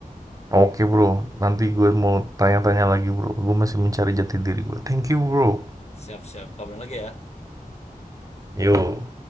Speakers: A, on the right; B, on the left.
A: oke Bro, nanti gue mau tanya-tanya lagi Bro, gue masih mencari jati diri gue. Thank you Bro.
B: siap-siap kabarin lagi ya
A: Yo.